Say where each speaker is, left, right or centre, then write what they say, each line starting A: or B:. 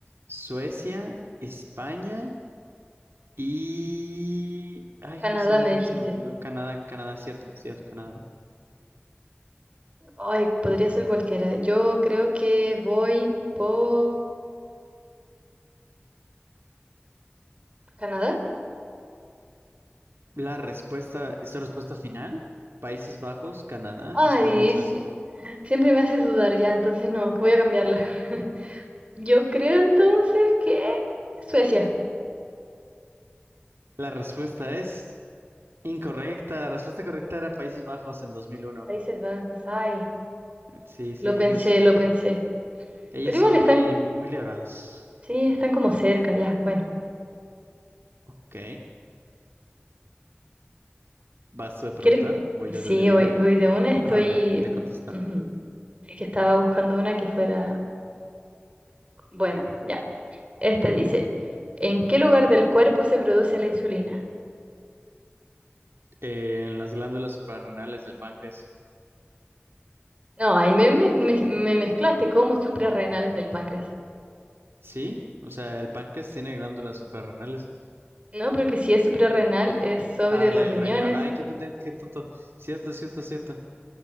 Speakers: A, on the right; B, on the right.
A: Suecia, España y... Ay,
B: Canadá,
A: justo a mí
B: me
A: también
B: dijiste.
A: se me olvidó. Canadá, Canadá, cierto, cierto, Canadá.
B: Ay, podría ser cualquiera. Yo creo que voy por Canadá.
A: La respuesta, esta respuesta final, Países Bajos, Canadá,
B: Ay,
A: España y Suecia.
B: si- siempre me haces dudar ya, entonces no, que voy a cambiarla. <laughs> Yo creo entonces que Suecia,
A: La respuesta es incorrecta. La respuesta correcta era Países Bajos en 2001.
B: Países Bajos, ay,
A: Sí, sí,
B: lo
A: ellos,
B: pensé, lo pensé.
A: ellos
B: Pero
A: son
B: igual están,
A: muy, muy liberales.
B: Sí, están como cerca, ya. Bueno,
A: Ok. Vas tú de preguntar,
B: ¿quieres?
A: voy
B: Sí,
A: yo de adivinar.
B: voy, voy de una, estoy...
A: Bueno, de, de contestar.
B: ujú. Es que estaba buscando una que fuera buena, ya. Esta dice, ¿en qué lugar del cuerpo se produce la insulina?
A: En las glándulas suprarrenales del páncreas.
B: No, ahí me, me, me- me mezclaste como suprarrenales del páncreas.
A: Sí, o sea, el páncreas tiene glándulas suprarrenales.
B: No, porque si es suprarrenal es sobre
A: Ah,
B: los
A: del
B: riñones.
A: riñón. Ay, qué pendejo, qué tonto. Cierto, cierto, cierto.